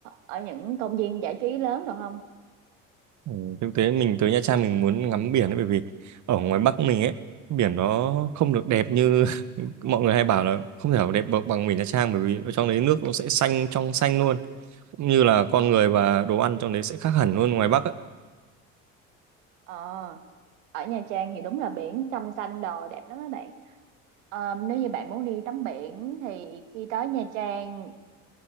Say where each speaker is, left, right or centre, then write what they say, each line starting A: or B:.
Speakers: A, on the right (about 75°); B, on the right (about 50°).
A: ở những công viên giải trí lớn được không?
B: Ừ, thực tế mình tới Nha Trang mình muốn ngắm biển ấy, bởi vì ở ngoài Bắc mình ấy, biển nó không được đẹp như <laughs> mọi người hay bảo là không thể nào đẹp bằng bằng biển Nha Trang bởi vì ở trong đấy nước nó sẽ xanh trong xanh luôn. Cũng như là con người và đồ ăn trong đấy sẽ khác hẳn luôn ngoài Bắc ấy.
A: Ờ. ở Nha Trang thì đúng là biển trong xanh đồ đẹp lắm các bạn Ờ, nếu như bạn muốn đi tắm biển thì khi tới Nha Trang